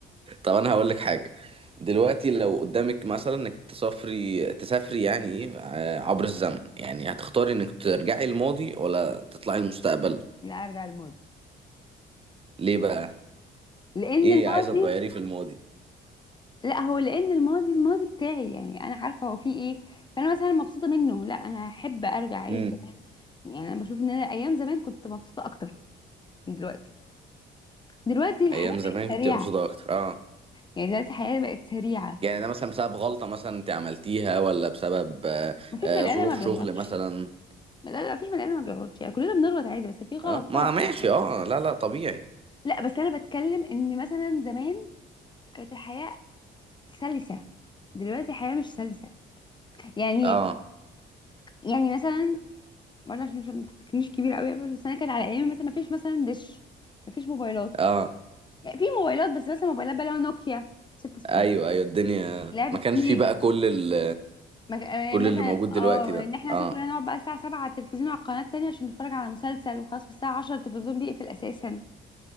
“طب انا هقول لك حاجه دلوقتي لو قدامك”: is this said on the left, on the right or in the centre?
Right